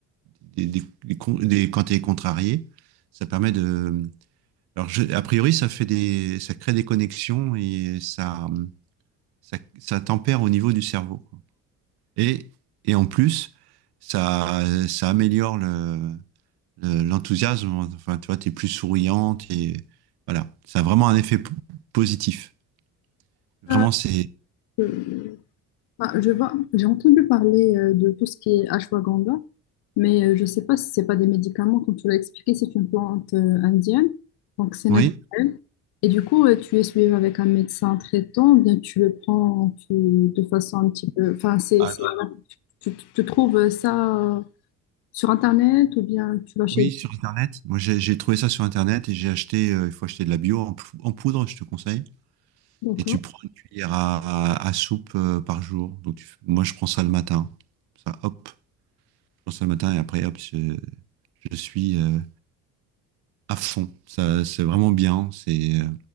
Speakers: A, on the right (about 60°); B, on the left (about 65°).
A: des, des- des con- des- quand tu es contrarié. Ça permet de. Alors, je- a priori, ça fait des, ça crée des connexions et ça, ça, ça tempère au niveau du cerveau. Et, et en plus, ça, ça améliore le, le- l'enthousiasme. Enfin, tu vois, t'es plus souriante et voilà. Ça a vraiment un effet p- positif. Vraiment,
B: Ah,
A: c'est.
B: euh, ah, je vois, j'ai entendu parler euh, de tout ce qui est ashwagandha, mais euh, je ne sais pas si ce n'est pas des médicaments, comme tu l'as expliqué, c'est une plante euh, indienne, donc c'est
A: Oui?
B: naturel. Et du coup, euh, tu es suivi avec un médecin traitant, ou bien tu le prends tu- de façon un petit peu. Enfin, c'est,
A: Ah
B: c'est-
A: non.
B: tu, tu trouves ça. Sur Internet ou bien tu vas chez...
A: Oui, sur Internet. Moi, j'ai j'ai trouvé ça sur Internet et j'ai acheté. euh, il faut acheter de la bio en, pou- en poudre, je te conseille.
B: D'accord.
A: Et tu prends une cuillère à, à- à soupe euh, par jour. Donc, tu- fais- moi, je prends ça le matin. Ça, hop, je prends ça le matin et après, hop, je, je suis. euh, à fond. Ça, c'est vraiment bien. C'est, euh,